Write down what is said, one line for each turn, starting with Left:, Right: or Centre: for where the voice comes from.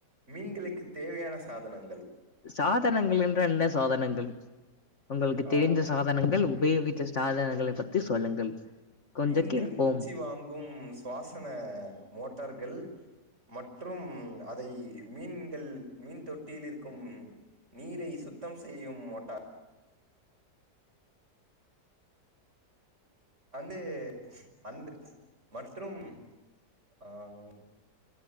Right: மீன்களுக்குத் தேவையான சாதனங்கள்
Left: சாதனங்கள் என்றால் என்ன சாதனங்கள் உங்களுக்கு
Right: ஆ
Left: தெரிந்த சாதனங்கள் உபயோகித்த சாதனங்களை பத்தி சொல்லுங்கள் கொஞ்ச
Right: மீன்கள்
Left: கேட்போம்
Right: மூச்சு வாங்கும் சுவாசன மோட்டார்கள் மற்றும் அதை மீன்கள் மீன் தொட்டியில் இருக்கும் நீரை சுத்தம் செய்யும் மோட்டா <inaudible> அண்டு அண்டு மற்றும் ஆஹ்